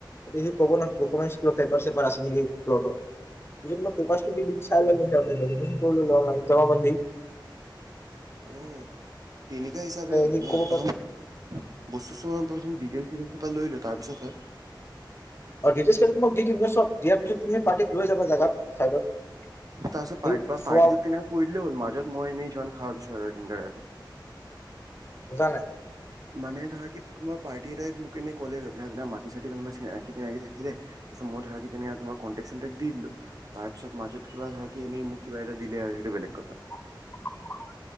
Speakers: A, on the left (about 30°); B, on the right (about 50°).
A: তে সি ক' ব ডকুমেণ্টছ পেপাৰ চেপাৰ আছে নেকি লগত জেনিবা পেপাৰছ খিনি চাই ললে
B: অ তেনেকে হিচাপে হয়
A: সি
B: ন
A: ক'ব
B: প্ৰথম
A: পাৰে
B: বস্তু প্ৰথম ডিটেইল তাৰপিছত হয়
A: অ ডিটেইলছ খিনি তোমাক দি দিম ন চব দিয়া তুমি পাৰ্টিক লৈ যাবা জাগাত। <unintelligible>
B: তাৰ পিছত
A: সি
B: পাৰ্ট
A: চোৱা
B: পাৰ্টিটো কিনে কৈ দিলে হ'ল মাজত মই এনেই জৈন আহা পিছত এৰাই দিম গাড়ী পা
A: বুজা নাই?
B: মানে ধৰা কি কোনবা পাৰ্টি এটাই মোক এনে কলে গৈ পেলে কোনোবা মাটি চাতি কোনবা চিনাকি তিনাকি থাকিলে চোৱা মই ধৰা কি তেনেকাটো কন্তেক চন্তেক দি দিলোঁ তাৰপিছত মাজত কিবা ধৰা কি এনেই মোক কিবা এটা দিলে আৰু সেইটো বেলেগ কথা।
A: <unintelligible>